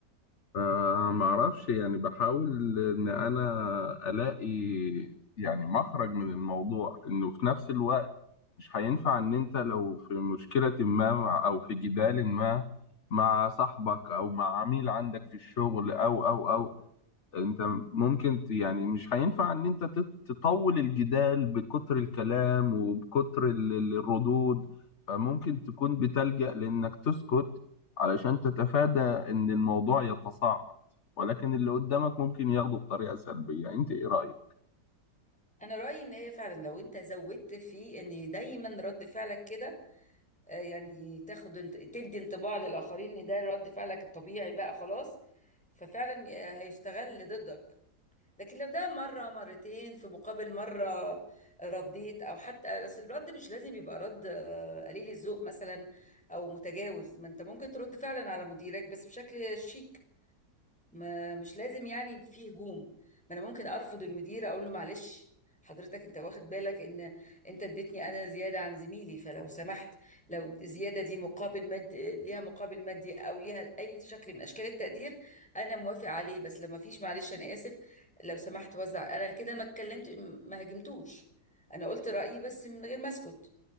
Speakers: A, on the left; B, in the centre.
A: فما اعرفش يعني بحاول ان انا الاقي يعني مخرج من الموضوع انه في نفس الوقت مش هينفع ان انت لو في مشكلة ما مع- او في جدال ما مع صاحبك او مع عميل عندك في الشغل او او او انت ممكن ت- يعني مش هينفع ان انت تت- تطول الجدال بكتر الكلام وبكتر ال- ال- الردود فممكن تكون بتلجأ لانك تسكت علشان تتفادى ان الموضوع يتصاعد ولكن اللي قدامك ممكن ياخده بطريقة سلبية انت ايه رأيك؟
B: انا رأيي ان هي فعلا لو انت زودت في ان دايما رد فعلك كده آه، يعني تاخد انت- تدي انطباع للآخرين ان ده رد فعلك الطبيعي بقى خلاص ففعلا هيستغل ضدك لكن لو ده مرة مرتين في مقابل مرة رديت أو حتى أصل الرد مش لازم يبقى رد آه، قليل الذوق مثلا أو متجاوز ما أنت ممكن ترد فعلا على مديرك بس بشكل شيك ما مش لازم يعني في هجوم ما انا ممكن ارفض المدير اقول له معلش حضرتك انت واخد بالك ان انت اديتني انا زياده عن زميلي فلو سمحت لو الزياده دي مقابل مادي ليها مقابل مادي او ليها اي شكل من اشكال التقدير انا موافق عليه بس لو ما فيش معلش انا اسف لو سمحت وزع انا كده ما اتكلمت ما هاجمتوش انا قلت رايي بس من غير ما اسكت